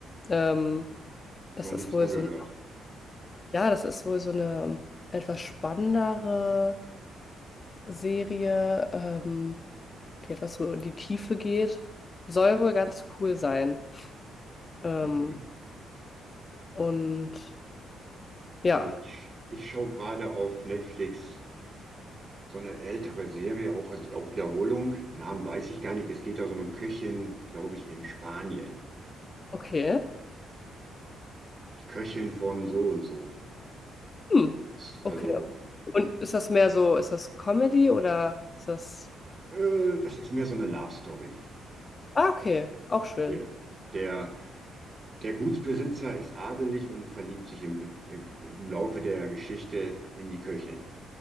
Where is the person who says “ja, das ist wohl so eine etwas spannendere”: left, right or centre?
Left